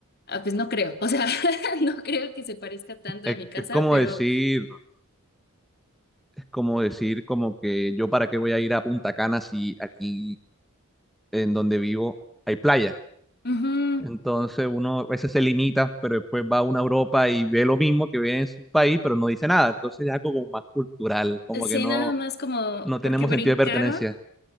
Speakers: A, on the left (about 45°); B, in the centre.
A: "Ah, pues no creo, o sea, <laughs> no creo que se parezca tanto
B: Es,
A: a mi casa,
B: es como
A: pero...
B: decir, como decir, como que yo para qué voy a ir a Punta Cana si aquí en donde vivo hay playa.
A: ujú,
B: Entonces uno a veces se limita, pero después va a una Europa y ve lo mismo que ve en su país, pero no dice nada. Entonces es algo como más cultural, como
A: Sí,
B: que no,
A: nada más como
B: no tenemos
A: porque brincaron.
B: sentido de pertenencia.